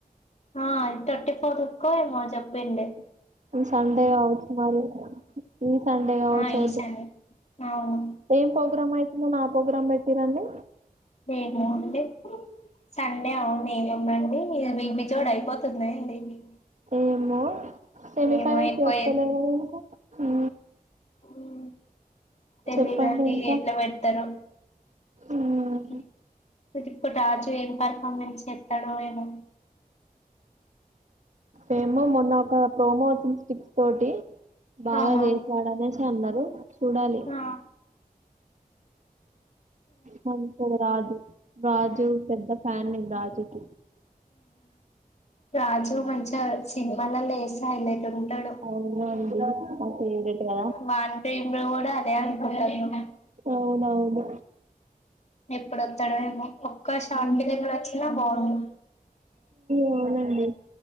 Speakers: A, on the left; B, on the right.
A: ఆ సిక్స్ ఫార్టీ కో ఏమో చెప్పింది
B: సండే అవుతు మరి ఈ సండే అయితే
A: ఆ ఈ సండే అవును
B: ఏం ప్రోగ్రామ్ అయితుందని ఆ ప్రోగ్రామ్ పెట్టిరండి
A: ఏముంది సండే అవును ఏముందండి ఇగ బిపిచోడు <unintelligible>
B: ఏమో సెమీఫైనల్
A: ఏమో ఎక్కువ
B: చేస్తలేరెందుకు అ
A: ఉ తెలిదండి
B: చెప్పండి ఇంకా
A: ఎట్లా పెడతారో
B: మ్మ్.
A: ఇ ఇప్పు ఇప్పుడు రాజు ఏం పర్ఫార్మెన్స్ చేస్తా తడవ ఏమ
B: ఏమో మొన్న ఒక ప్రోమో వచ్చింది స్టిక్స్ తోటి బాగా
A: అవునా
B: చేసాడు అనేసి అన్నారు చూడాలి
A: ఆ
B: మంచోడు రాజు రాజు పెద్ద ఫ్యాన్ నేను రాజుకి
A: రాజు మంచి సినిమాలల్లో చేస్తున్నప్పుడు
B: అవునండి నా ఫేవరెట్ కదా
A: మా ఆంటీ వీళ్ళు కూడా అదే అంటున్నారు
B: అవునవును
A: ఎప్పుడొస్తాడో ఏమో ఒక షాట్ దగ్గరికి వచ్చినా బాగుంది.
B: అవునండి